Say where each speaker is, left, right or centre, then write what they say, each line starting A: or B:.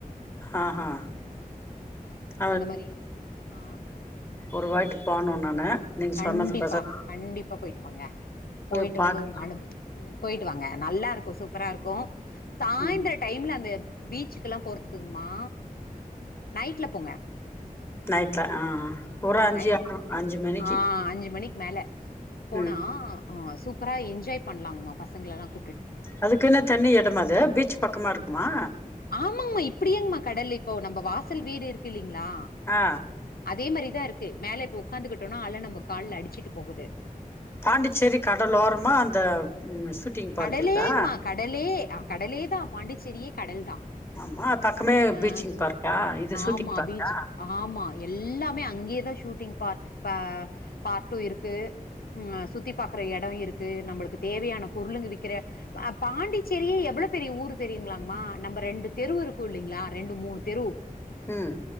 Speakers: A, on the left (about 15°); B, on the left (about 85°).
A: அ ஹா அ <inaudible>
B: அந்த மாரி ஆ
A: ஒருவாட்டி போனு நானு நீங்க
B: கண்டிப்பா
A: சொன்னதுக்கோசரோ
B: கண்டிப்பா போயிட் பங்க போயிட்டு
A: போய் பாக்கலா
B: வந்து உங்க அனுபு ம் போயிட்டு வாங்க நல்லா இருக்கு சூப்பரா இருக்கு சாயந்ர
A: ம்
B: டைம்ல அந்த பீச்சுக்குல்லா போறதுக்குங்மா நைட்ல போங்க
A: நைட் அ ஆ
B: ம்
A: ஒரு அஞ்சு
B: நைட்ல
A: ஆ அஞ்சு மணிக்கு
B: ஆ ம். அஞ்சு மணிக்கு மேல போனா
A: ம்
B: ஆ சூப்பராக என்ஜாய் பண்ணலாங்ம்மா பசங்லல்லா கூப்
A: அதுக்குனு தண்ணி எடமாது அது பீச் பக்கமா இருக்குமா
B: ஆமாமா இப்டியங்ம்மா கடல் இப்போ நம்ப வாசல் வீடுக் இருக்குல்லி ங்ளா
A: ஆ
B: அதே மாரிதா இருக்கு மேல இப்ப உக்காந்துகுட்டனா அல நம்ப கால்ல அடிச்சிட்டு போகுது
A: பாண்டிச்சேரி கடல் ஓரமா அந்த ஷூட்டிங் பார்க்
B: கடலேங்மா
A: இருக்கா
B: கடலே கடலே தா பாண்டிச்சேரியே கடல் தா
A: ஆமா பக்கமே
B: அ
A: பீச்சிங் பார்க்கா இது ஷூட்டிங்
B: ஆமா
A: பார்க்கா
B: பீச் ஆமா எல்லாமே அங்யேதா ஷூட்டிங் பார் ப பார்ட்டு இருக்கு ம் சுத்தி பாக்குற எடோ இருக்கு நம்மளுக்கு தேவயான பொருளுங்க விக்கிற பாண்டிச்சேரியே எவ்ளோ பெரிய ஊர் தெரியுங்ளாமா நம்ப ரெண்டு தெருவ் இருக் கு இல்லிங்ளா ரெண்டு மூணு தெரு
A: ம்